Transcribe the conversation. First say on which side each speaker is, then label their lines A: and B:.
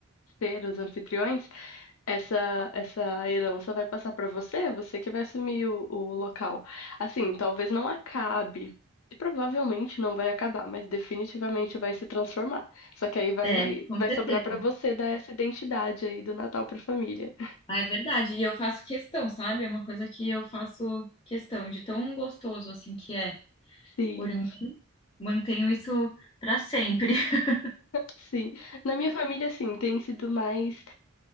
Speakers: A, on the left (about 85°); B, on the left (about 25°).
A: ser os anfitriões, essa essa herança vai passar para você, você que vai assumir o, o local. Assim, talvez não acabe, e provavelmente não vai acabar, mas definitivamente vai se transformar. Só que aí vai
B: É, <laughs> com
A: vai
B: certeza.
A: sobrar para você dar essa identidade aí do Natal para família.
B: Ah, é verdade. E eu faço questão, sabe? É uma coisa que eu faço questão de tão gostoso assim que é.
A: Sim,
B: Por mim, mantenho isso para sempre. <laughs>
A: sim. Na minha família, assim, tem sido mais